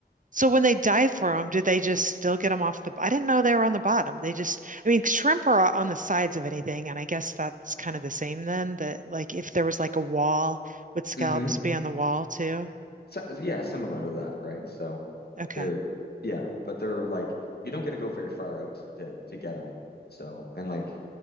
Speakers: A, on the right (about 50°); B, on the left (about 70°).
A: So when they dive for them, do they just still get them off the? I didn't know they were on the bottom. They just, I mean, shrimp are on the sides of anything, and I guess that's kind of the same then. That like if there was like a wall, would scallops
B: hmm
A: be on the wall too?
B: So, yeah, similar to that, right? So
A: Okay.
B: they're yeah, but they're like you don't get to go very far out to to get them. So and like